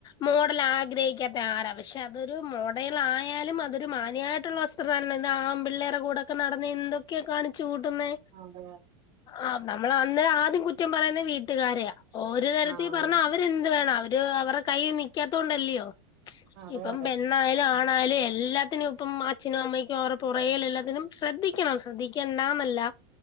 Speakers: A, on the left; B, on the right.
A: മോഡൽ ആഗ്രഹിക്കാത്ത ആരാ പക്ഷെ അതൊരു മോഡേലായാലും അതൊരു മാന്യട് ള്ള വസ്ത്രധാരണ ആമ്പിള്ളേറെ കൂടെക്കെ നടന്ന് എന്തൊക്കെയാ കാണിച്ചു കൂട്ടുന്നെ
B: അതെ
A: ആഹ് നമ്മള് അന്നേരം ആദ്യം കുറ്റം പറയുന്ന വീട്ടുകാരെയാ ഒര് തരത്തി
B: ആഹ്
A: പറഞ്ഞ അവര്ന്ത് വേണം അവര് അവർടെ കയ്യീ നിക്കാത്ത കൊണ്ടല്ലിയോ
B: അതെ
A: ഇപ്പ
B: അതെ
A: പെ ണ്ണായാലും ആണായാലും എല്ലാത്തിനും ഇപ്പം അച്ഛനും അമ്മയ്ക്കും അവർട പുറകേ എല്ലാത്തിനും ശ്രദ്ധിക്കണം ശ്രദ്ധിക് ണ്ടന്നല്ല